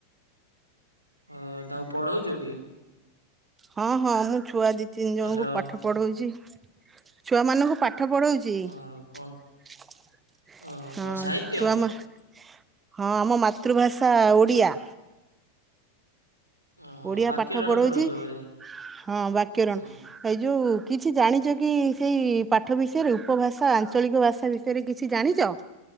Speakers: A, on the right; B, on the right.
A: ଓ ତାକୁ ପଢଉଛ କି?
B: ହଁ ହଁ ମୁଁ ଛୁଆ ଦି ତିନି ଜଣଙ୍କୁ
A: ହାଲୋ
B: ପାଠ ପଢଉଚି। ଛୁଆ ମାନଙ୍କୁ ପାଠ ପଢଉଚି
A: ଓ କଣ
B: ଚି
A: ଓହୋ
B: ହଁ
A: କଣ ସାହିତ୍ୟ?
B: ଛୁଆ ମା ହଁ ଆମ ମାତୃଭାଷା ଓଡ଼ିଆ।
A: ଓହୋ
B: ଓଡିଆ
A: ବାକ୍ୟ
B: ପାଠ
A: ଟାଣ
B: ପଢଉଛି
A: ପଢଉଚ ବୋଧେ
B: ହଁ ବାକ୍ୟରଣ।
A: ହୁଁ।
B: ହେଇ ଯୋଉ କିଛି ଜାଣିଛ କି, ସେଇ ପାଠ ବିଷୟରେ ଉପଭାଷା ଆଞ୍ଚଳିକ ଭାଷା ବିଷୟ ରେ କିଛି ଜାଣିଚ